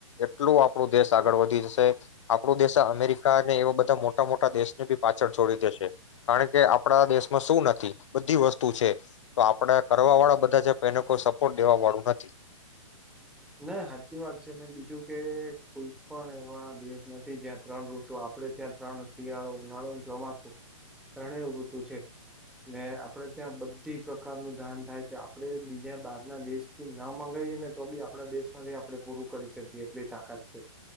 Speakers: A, on the left; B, in the centre.
A: એટલું આપણું દેશ આગળ વધી જશે. આપડો દેશ અમેરિકા ને એવ મોટા મોટા દેશને બી પાછળ છોડી દેશે કારણ કે આપણા દેશમાં શું નથી. બધી વસ્તુ પૂછે તો આપડે કરવા વાળા બધા છે પણ એને કોઈ સપોર્ટ ફોટ દેવા વાળું નથી
B: ના હાચી વાત છે મે બીજું કે કોઈ પણ એવા દેશ નથી જ્યાં ત્રણ ઋતુ આપડે ત્યાં ત્રણ શિયાળો, ઉનાળો, ચોમાસું ત્રણે ઋતુ છે ને આપડે ત્યાં બધી પ્રકારનું ધાન થાય છે. આપણે બીજા બહાર ના દેશથી ના મગાવીએ ને તો બી આપ આપણા દેશમાં જે આપણે પૂરું કરી શકીએ એટલી તાકાત છે.